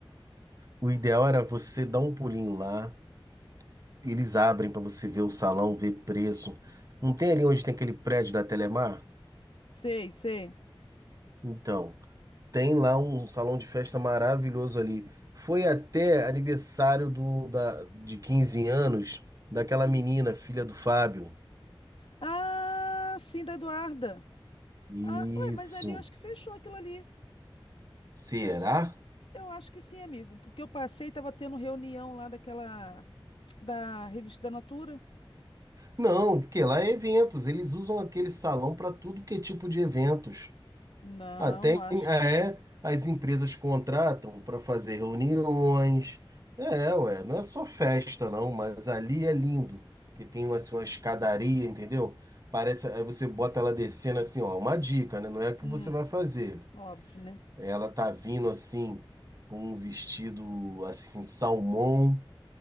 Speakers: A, on the right; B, on the left.
A: O ideal era você dar um pulinho lá, eles abrem para você ver o salão, ver preço. Não tem ali onde tem aquele prédio da Telemar?
B: Sei, sei.
A: Então, tem lá um salão de festa maravilhoso ali. Foi até aniversário do, da, de 15 anos daquela menina, filha do Fábio.
B: Ah, sim, da Eduarda.
A: Isso.
B: Ah, ué, mas ali eu acho que fechou aquilo ali.
A: Será?
B: Eu acho que, eu acho que sim, amigo, porque eu passei e tava tendo reunião lá daquela da revista da Natura.
A: Não, porque lá é eventos. Eles usam aquele salão para tudo que é tipo de eventos.
B: Não,
A: Ah, tem,
B: acho.
A: é, as empresas contratam para fazer reuniões. É, ué, não é só festa, não, mas ali é lindo, que tem uma, assim, uma escadaria, entendeu? Parece, aí você bota ela descendo assim, ó, uma dica, né? Não é o que
B: Hum,
A: você vai fazer.
B: óbvio, né?
A: Ela tá vindo assim, com um vestido assim, salmão,